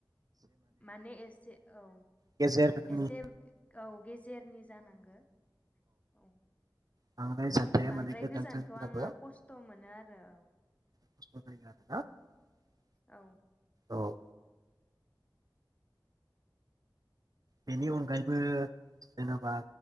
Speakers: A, on the left; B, on the right.
A: माने एसे औ
B: गेजेरनि
A: एसे औ गे जेरनि जानांगो। औ
B: बांद्राय जानथाया
A: बांद्राय
B: माने गोजान
A: गोजानखौ
B: जायोब्लाबो
A: आङो खस्थ' मोनो आरो औ।
B: <unintelligible>
A: औ।
B: औ बेनि अनगायैबो जेनेबा